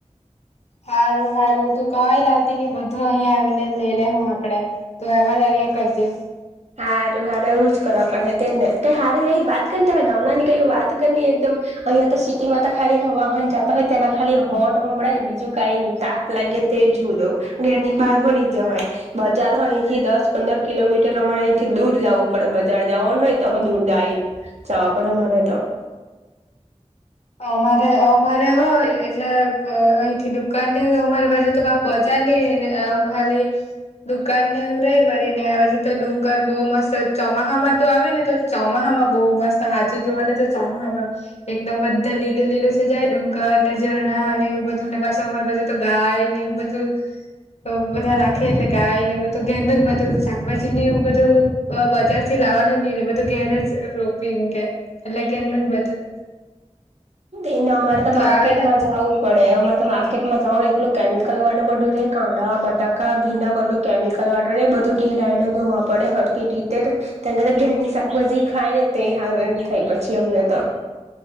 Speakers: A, on the left (about 60°); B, on the right (about 65°).
A: સારું સારું તું કવાય લાવતી ને બધું અહિયાયા આવીને લઈ લે હું આપડે. તો એમાં જ આવ્યા કરજે.
B: સારું હાર એવું જ કરવા પડે તેને હ વાત કરી તા ગામડાની કઈ વાત કરી એકમ અહિયાયા તો સિટીમાં તો ખાલી વાહન જતા હોય તેના ખાલી હોર્ન સંભળાય બીજું ક તાપ લાગ તે જુ દઉ ઘેરની બાર હો જવાય, બજાર હોય અહીથી દસ પંદર કિલોમીટર રેથી દૂર જવું પડે બજાર જવાનું હોય તો દૂર જાય, જવા પડે મારે તો. <inaudible>
A: અમારે અમારે હોય એટલે અહી થી દુકાન અમારેજે તો બજાર ખાલી દુકાન ને ઉુરાઈ ભરી ને આવે છે તો ડુંગર બઉુ મસ્ત ચોમાસા માં તો આવે ને તો ચોમા બહુ મસ્ત હાચ જોવાને તો ચામામાં, એકદમ ત લીલોું લીલોું સજાય ડુંગર ને ઝણા ને એવું બધું પાછ અમારી પાછું તો ગાય ને એવું બધું. બધા રાખે એટલે ગાય ને બધું ગ ન જ બધું શાકભાજી ને એવું બધું બજાર થી લાવવાનું ની બધું ઘેર જ રોપીમ કે એટલે ઘેર ન બધું.
B: એને અમારે તો
A: તું
B: માર્કેટમાં
A: આવે ને
B: જવું પડે અમારે તો માર્કેટ મજાનું એકલું કેમિકલ વાટર બધું રે કાંદડા બટાકા ભીંડા બધું કેમિકલ વાટર બધું ઘેર ને ધોવા પડે હકી રીતે કે ઘેરની શાકભાજી ખાય ને તે હ થાય પછી. અન્યદ <unintelligible>